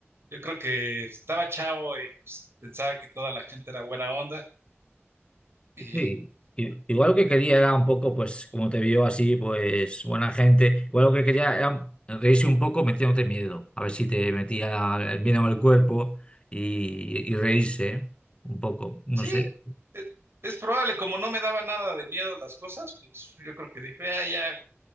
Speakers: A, on the right (about 60°); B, on the left (about 25°).
A: Yo creo que estaba chavo y pues, pensaba que toda la gente era buena onda. Y
B: Sí, i- igual lo que quería era un poco, pues, como te vio así, pues, buena gente, igual lo que quería era reírse un poco metiéndote miedo, a ver si te metía el miedo en el cuerpo y, y reírse un poco, no
A: sí,
B: sé.
A: e- es probable, como no me daba nada de miedo las cosas, pues yo creo que dije, ah, ya,